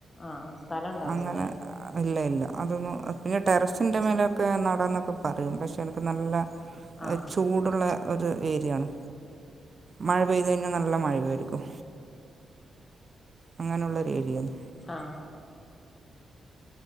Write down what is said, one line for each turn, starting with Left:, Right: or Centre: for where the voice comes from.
Left: ആഹ് സ്ഥലം ഉണ്ടാവൂലല്ലേ
Right: അങ്ങന അ ഇല്ല ഇല്ല അതൊന്നും പിന്നെ ടെറസിന്റെ മേലെ ഒക്കെ നടന്നൊക്കെ പറയും പക്ഷെ എനിക്ക് നല്ല
Left: ആഹ്
Right: എ ചൂടുള്ള ഒരു ഏരിയയാണ് മഴ പെയ്ത് കഴിഞ്ഞാ നല്ല മഴേ രിക്കും അങ്ങനെള്ളൊരുഏരിയേണ്
Left: ആ ആ